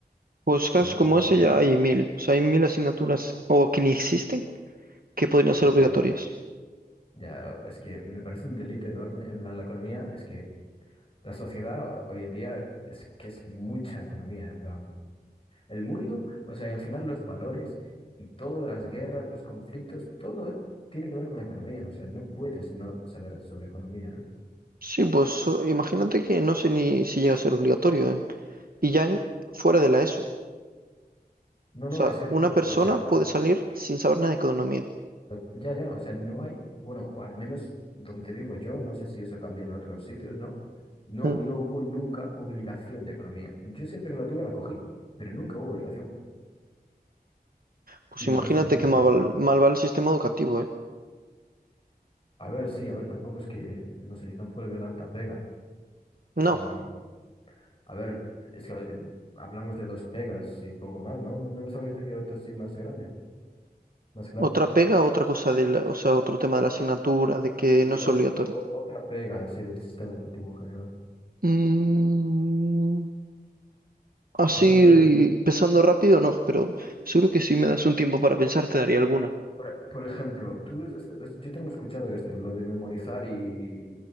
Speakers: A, on the left; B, on the right.
A: O
B: pues casos
A: sea, porque
B: como
A: la economía,
B: ese ya hay mil. O sea, hay mil asignaturas o que ni existen que podrían ser obligatorias.
A: ya, ya, es que me parece un delito enorme. En plan, la economía es que la sociedad hoy en día es que es mucha economía. En plan, el mundo, o sea, y al final los valores y todas las guerras, los conflictos, todo tiene que ver con la economía. O sea, no puedes no saber sobre economía, ¿no?
B: Sí, pues o- imagínate que no sé ni si llega a ser obligatorio, ¿eh? Y ya en- fuera de la ESO.
A: No,
B: O
A: no,
B: sea,
A: es que es
B: una
A: lo que te
B: persona
A: digo. O sea,
B: puede salir sin saber nada de economía.
A: To- Ya, ya, o sea, no hay, bueno, o al menos donde vivo yo, no sé si eso cambia en otros sitios, ¿no? No,
B: Mm.
A: no hubo nunca obligación de economía. Yo siempre que la tuve la cogí, pero nunca hubo obligación.
B: Pues
A: Y me
B: imagínate
A: parece un delito
B: que mal,
A: eso.
B: val-
A: ¿eh?
B: mal va el sistema educativo, ¿eh?
A: A ver, sí, a ver, tampoco es que, no sé, yo tampoco le veo tanta pega.
B: No.
A: Sí, a ver, es que eh, hablamos de dos pegas y poco más, ¿no? No les habría tejido otra así más grande, más clara.
B: Otra pega, otra cosa de la- o sea, otro tema de la asignatura, de que
A: Sí,
B: no es
A: o- o-
B: obligatorio.
A: o- o- otra pega así del sistema educativo en general.
B: Mm, así
A: Por ejemplo,
B: pensando rápido, no, pero seguro que si me das un tiempo para pensar te daría alguna.
A: Por, por ejemplo, tú, es- es- yo tengo escuchado esto, lo de memorizar y,